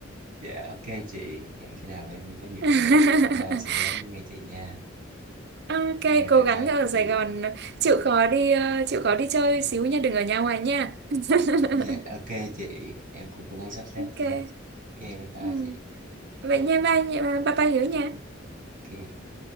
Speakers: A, on the right; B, on the right.
A: dạ ok chị hẹn khi nào em có dịp
B: <laughs>
A: về Mỹ Tho em sẽ ghé nghe chị nha
B: ok
A: ok
B: cố
A: bye
B: gắng
A: bye
B: ở
A: chị
B: Sài Gòn chịu khó đi à, chịu khó đi chơi xíu nha đừng ở nhà hoài nha <laughs>
A: Dạ, ok chị, em cũng cố gắng sắp xếp
B: ok
A: nha. Ok, bye bye
B: ừ.
A: chị.
B: Vậy nha ba, ba, ba ba hiểu nha.
A: Ok.